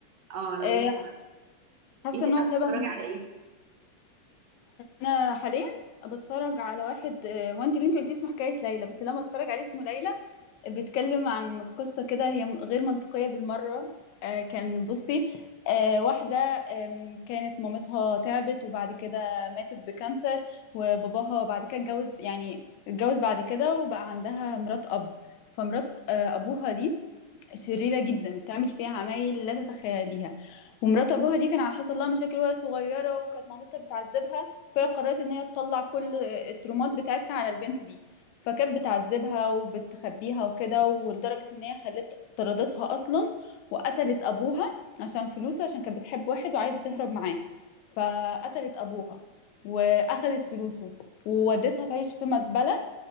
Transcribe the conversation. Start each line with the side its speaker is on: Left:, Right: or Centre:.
Right: انا
Left: آه،
Right: بقول
Left: حاسة
Right: انت
Left: ان
Right: بقى
Left: هو شبه
Right: بتتفرجي على ايه
Left: انا حاليا بتفرج على واحد آه، هو انت اللي انت قلتيه اسمه حكاية ليلى بس لما اتفرج عليه اسمه ليلى بيتكلم عن قصة كده هي م- غير منطقية بالمرة آه، كان بصي آه، واحدة آم، كانت مامتها تعبت وبعد كده ماتت بكانسر وباباها بعد كده اتجوز يعني اتجوز بعد كده وبقى عندها مرات أب فمرات آه، أبوها دي شريرة جدا بتعمل فيها عمايل لا تتخيليها ومرات ابوها دي كان حصل لها مشاكل وهي صغيرة وكانت مامتها بتعذبها فهي قررت ان هي تطلع كل الترومات بتاعتها على البنت دي فكانت بتعذبها وبتخبيها وكده ولدرجة ان هي خلت طردتها اصلا وقتلت ابوها عشان فلوسه عشان كانت بتحب واحد وعايزة تهرب معاه فقتلت ابوها واخدت فلوسه وودتها تعيش في مزبلة